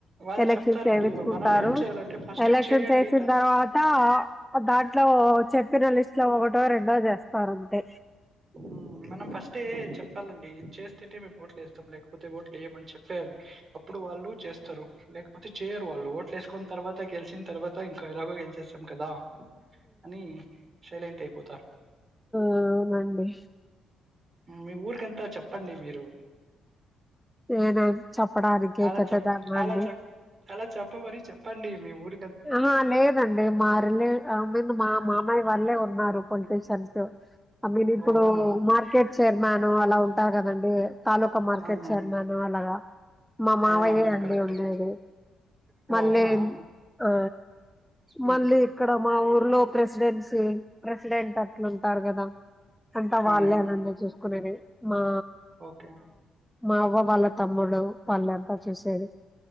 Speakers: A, on the right (about 40°); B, in the centre.
A: వాళ్ళు
B: ఎలక్షన్
A: చెప్తారండి
B: వేయిచుకుంటారు
A: మనం ఏం చేయాలంటే ఫస్ట్
B: ఎలక్షన్స్
A: చేయండి
B: వేసిన తర్వాత దాంట్లో చెప్పిన లిస్ట్ లో ఒకటో రెండో చేస్తారుంతే
A: ఉమ్, మనం ఫస్టే చెప్పాలండి చేస్త అంటే మేం ఓట్లు వేస్తాం లేకపోతే ఓట్లు వేయమని చెప్పేయాలి ఇప్పుడు వాళ్ళు చేస్త స్తారు లేకపోతే చేయరు వాళ్ళు ఓట్లు వేసుకుని తర్వాత గెలిచిన తర్వాత ఇంకా ఎలాగొ గెలిచేసాం కదా అని సైలెంట్ అయిపోతారు
B: అవునండి
A: మీ ఊరికంత చెప్పండి మీరు
B: నేనేం చెప్పడానికి
A: అలా
B: పెద్దదాన్న
A: చెప్ అలా
B: అండి
A: చెప్ అలా చెప్పమని చెప్పండి మీ ఊరి
B: అహ లేదండి మాారిలే ఐ మీన్ మా మామాయి వాళ్ళే ఉన్నారు పొలిటీషియన్స్ ఐ మీన్
A: ఓ
B: ఇప్పుడు
A: అవునా
B: మార్కెట్ చైర్మాను అలా ఉంటారు కదండి తాలూకా మార్కెట్
A: అవునవును
B: చైర్మను అలాగా మా మావయ్యే
A: అవునవును
B: అండి
A: కరెక్టే
B: ఉండేది
A: ఓ
B: మళ్ళీ
A: అవునా
B: ఆ
A: ఉమ్,
B: మళ్ళీ ఇక్కడ మా ఊరు లో ప్రెసిడెన్సీ ప్రెసిడెంట్ అట్లుంటారు కదా అంతా వాళ్ళనంే
A: అవును
B: చూసుకునేది మా
A: ఓకే
B: మా అవ్వ వాళ్ళ తమ్ముడు వాళ్ళు అంతా చూసారు